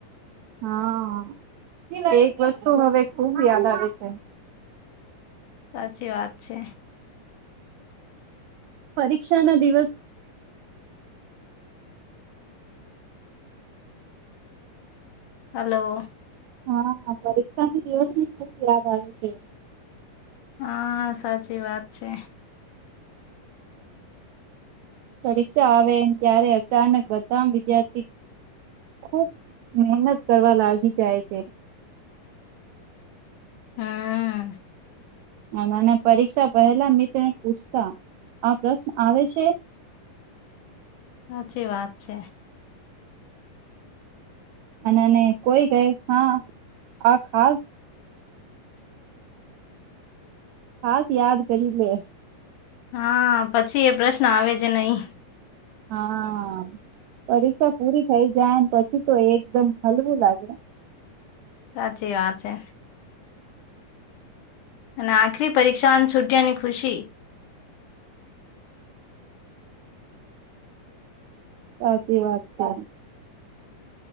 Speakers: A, on the right (about 85°); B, on the left (about 70°).
A: હા એક વસ્તુ હવે ખુબ યાદ આવે છે.
B: સાચી વાત છે.
A: પરીક્ષા ના દિવસ
B: હલો
A: હા પરીક્ષાની દિવસ ની ખુબ યાદ આવે છે.
B: હા સાચી વાત છે.
A: પરીક્ષા આવે ત્યારે અચાનક બધા વિદ્યાર્થી ખુબ મહેનત કરવા લાગી જાય છે.
B: હા
A: અને પરીક્ષા પહેલા મિત્રને પૂછતા આ પ્રશ્ન આવે છે.
B: સાચી વાત છે.
A: અને ને કોઈ કઈ હા આ ખાસ ખાસ યાદ કરી લે
B: હા પછી એ પ્રશ્ન આવે જ નહી.
A: હા પરીક્ષા પૂરી થઇ જાયને પછી તો એકદમ હલવું લાગે.
B: સાચી વાત છે અને આખરી પરીક્ષા છૂટિયાની ખુશી.
A: સાચી વાત છે.